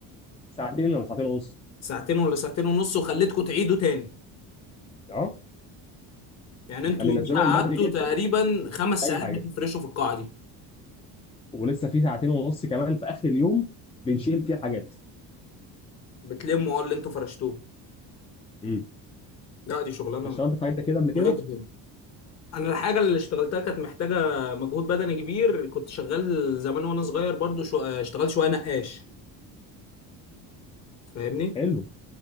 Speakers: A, on the left; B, on the left.
A: ساعتين ولا ساعتين ونص
B: ساعتين ولا ساعتين ونص وخليتكم تعيدوا تاني
A: اه
B: يعني انتوا
A: احنا بننزلهم
B: يوميها
A: من
B: قعدتوا
A: بدري جدا
B: تقريبا خمس
A: اي
B: ساعات
A: حاجه
B: بتفرشوا في القاعة دي
A: ولسه في ساعتين ونص كمان في اخر اليوم بنشيل فيها حاجات
B: بتلموا اه اللي انتوا فرشتوه
A: امم
B: لا دي شغلانة
A: اشتغلت في حاجات كده قبل كده
B: مرهقة جدا انا الحاجه اللي اشتغلتها كانت محتاجه مجهود بدني كبير كنت شغال زمان وانا صغير برضو شو... اشتغل شويه نقاش فاهمني
A: حلو